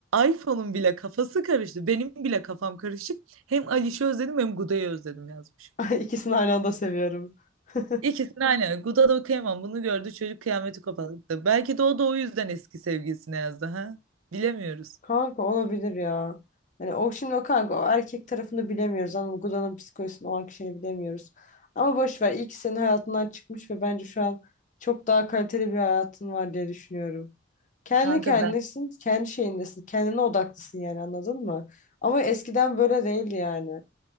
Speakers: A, on the right; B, on the left.
A: iPhone'un bile kafası karıştı. Benim bile kafam karışık. Hem Aliş'i özledim hem Guda'yı özledim yazmışım.
B: Ay, ikisini aynı anda seviyorum. <laughs>
A: İkisini aynı. Guda da kıyamam. Bunu gördü çocuk kıyameti koparttı. Belki de o da o yüzden eski sevgilisine yazdı ha. Bilemiyoruz.
B: Kanka olabilir ya. Yani o şimdi o kanka o erkek tarafını bilemiyoruz. Anladın mı? Gudan'ın psikolojisini o an kişinin bilemiyoruz. Ama boş ver. İyi ki senin hayatından çıkmış ve bence şu an çok daha kaliteli bir hayatın var diye düşünüyorum. Kendi
A: Kanka
B: kendisin,
A: ben.
B: kendi şeyindesin. Kendine odaklısın yani anladın mı? Ama eskiden böyle değildi yani.